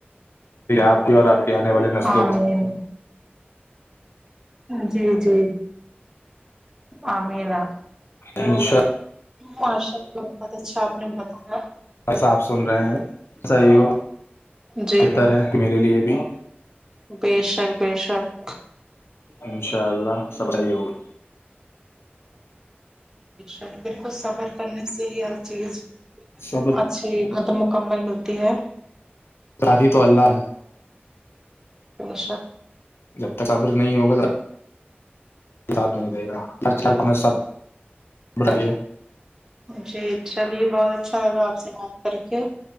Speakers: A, on the left; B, on the right.
A: آپ کی اور آپ کے آنے والے نسلوں
B: آمین جی جی عمینا
A: انشاء
B: ماشاء اللہ بہت اچھا آپ نے بتاا
A: بس آپ سن رہے ہیں سی ہو
B: جی
A: بہتر ہے میرے لیے بھی
B: ب شک بے شک
A: انشاء اللہ سب صحی ہوگا
B: جیر بالکل صبر کرنے سے ہی ہر چیز
A: صبر
B: اچھی مطلب مکمل ملتی ہے
A: سادھی تو اللہ
B: پیشا
A: جب تک صبر نہیں ہوگا ساتھ میں نہیں دے گا آج کل میں سب بٹھائیے
B: جی چلیے بہت اچھا لگا آپ سے بات کر کے